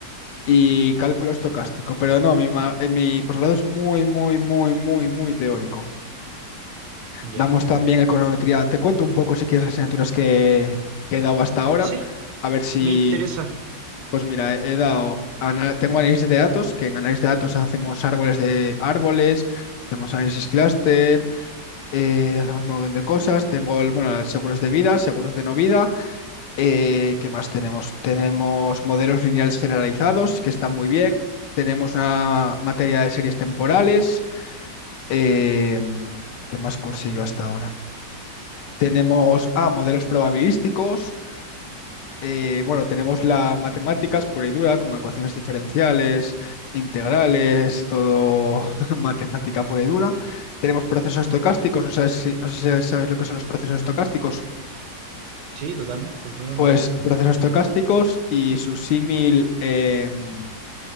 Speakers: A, on the left (about 75°); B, on the right (about 75°).
A: y cálculo estocástico, pero no, mi, ma- eh, mi posgrado es muy, muy, muy, muy, muy teórico.
B: Ya.
A: Damos también econometría. Te cuento un poco si quieres las asignaturas que, que he dado hasta ahora,
B: Sí,
A: a ver si,
B: me interesa.
A: Pues mira, he he dado, ana- tengo análisis de datos, que en análisis de datos hacemos árboles de árboles, hacemos análisis clúster, eh, hacemos un montón de cosas. Tengo, el- bueno, seguros de vida, seguros de no vida. eh, ¿qué más tenemos? Tenemos modelos lineales generalizados, que están muy bien. Tenemos una materia de series temporales. eh, ¿qué más cursé yo hasta ahora? Tenemos, ah, modelos probabilísticos. eh, bueno, tenemos las matemáticas pura y dura, con ecuaciones diferenciales, integrales, todo <laughs> matemática pura y dura. Tenemos procesos estocásticos, no sabes si, no sé si sabes lo que son los procesos estocásticos.
B: Sí, totalmente, totalmente.
A: Pues procesos estocásticos y su símil en,